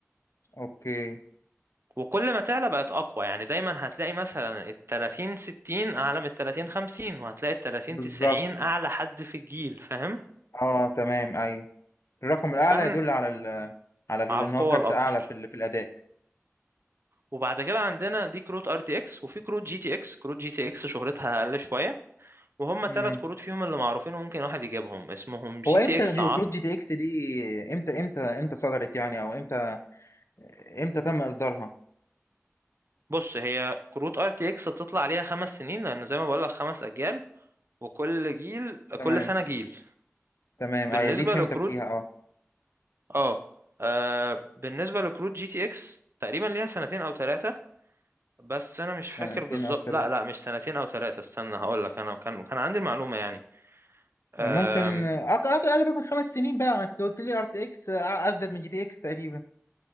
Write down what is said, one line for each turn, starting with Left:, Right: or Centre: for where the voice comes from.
Left: اوكي
Right: وكل ما تعلى بقت اقوى يعني دايما هتلاقي مثلا ال 30 60 اعلى من ال 30 50 وهتلاقي ال 30
Left: بالظبط
Right: 90 اعلى حد في الجيل فاهم
Left: اه تمام ايوه الرقم الأعلى
Right: فاحنا
Left: يدل على ال على ال-
Right: على
Left: إن
Right: القوة
Left: هو كارت
Right: الاكتر
Left: أعلى في ال- في الأداء
Right: وبعد كده عندنا دي كروت ار تي اكس وفي كروت جي تي اكس كروت جي تي اكس شهرتها اقل شوية وهم ثلاث
Left: امم
Right: كروت فيهم اللي معروفين وممكن واحد يجيبهم اسمهم جي
Left: هو امتى
Right: تي اكس
Left: جو- كروت جي تي اكس دي امتى امتى امتى صدرت يعني او امتى امتى تم اصدارها
Right: بص هي كروت ار تي اكس بتطلع عليها خمس سنين لانه زي ما بقول لك خمس اجيال وكل جيل
Left: تمام
Right: كل سنه جيل
Left: تمام
Right: بالنسبه
Left: ايوه دي فهمتك
Right: لكروت
Left: فيها اه
Right: اه آه، بالنسبه لكروت جي تي اكس تقريبا ليها سنتين او ثلاثه بس انا مش
Left: سنتين
Right: فاكر بالظبط
Left: او ثلاثة
Right: لا لا مش سنتين او ثلاثه استنى هقول لك انا كان كان عندي المعلومه يعني
Left: ممكن
Right: آم،
Left: أق- أق- اقل من خمس سنين بقى أنت قلت لي ار تي اكس اجدد من جي تي اكس تقريبا